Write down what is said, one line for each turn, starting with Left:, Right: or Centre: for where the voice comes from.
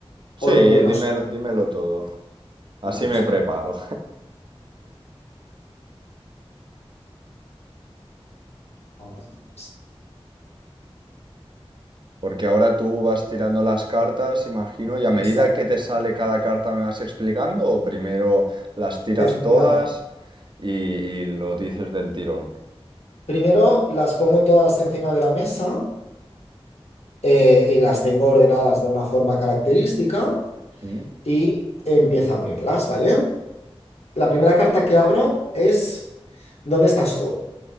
Right: Sí,
Left: o lo bueno?
Right: dímelo,
Left: solo?
Right: dímelo todo. Así
Left: Vamos
Right: me
Left: a
Right: preparo.
Left: ver. Vamos a ver. esto.
Right: Porque ahora tú vas tirando las cartas, imagino, y a medida
Left: Exacto,
Right: que te sale cada carta me vas explicando, o primero las tiras
Left: efectivamente.
Right: todas y, y lo dices del tirón.
Left: Primero las pongo todas encima de la mesa eh, y las tengo ordenadas de una forma característica
Right: Mm.
Left: y empiezo a abrirlas, ¿vale? La primera carta que abro es ¿Dónde estás tú?